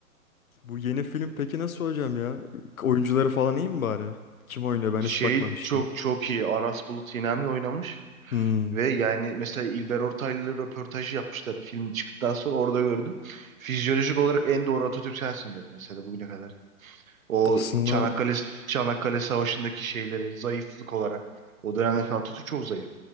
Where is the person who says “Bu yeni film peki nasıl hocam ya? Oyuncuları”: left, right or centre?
Left